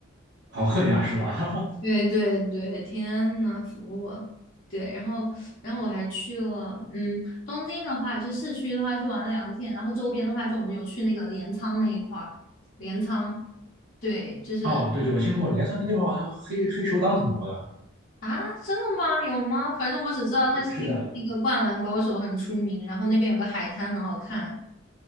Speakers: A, on the right (about 55°); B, on the left (about 45°).
A: 好恨呀，是吧？
B: 对对对，天呐，服我！对，然后然后我还去了，嗯，东京的话，就市区的话去玩了两天，然后周边的话，就我们有去那个镰仓那一块儿，镰仓，对，
A: <laughs>
B: 就是
A: 哦，对对，我听说过镰仓这地方好像黑黑手党挺多的。
B: 啊，真的吗？有吗？反正我只知道它是因为那个《灌篮高手》很出名，
A: 是是的。
B: 然后那边有个海滩很好看，